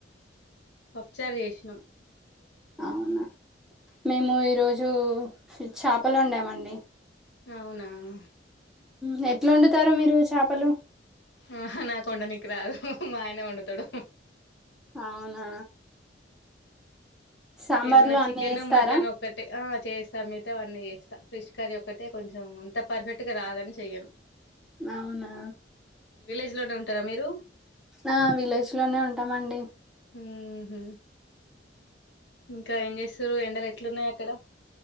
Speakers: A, on the left; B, in the centre.
A: పప్ చ్చార్ చేస్నం.
B: అవునా మేము ఈరోజు స్ చ్చేపలు వండా మండి.
A: అవునా ఆ
B: నెట్ల వండుతారు మీరు చేపలు
A: ఆహ నాక్ వొండనికి రాదు, మ య్న వండుతడు.
B: అవునా సాంబార్
A: ఏమన్నా
B: లో
A: చికెను,
B: అన్ని వేస్తారా
A: మటన్ ఒక్కటె ఆ చేస్ సమేత అవన్నీ ఏస్తా ఫ్రిష్ కర్రీ ఒక్కటే కొంచెం అంత పర్ఫెట్ట్ గ రాదని చెయ్యను.
B: నౌవ్ నా
A: విలేజ్ లోనే ఉంటారా మీరు
B: ఆ విలేజ్ లోనే ఉంటామండి.
A: ఉహు ఇంకా ఏం జెస్సరు ఎండలు ఎట్లున్నయ్ ఇక్కడ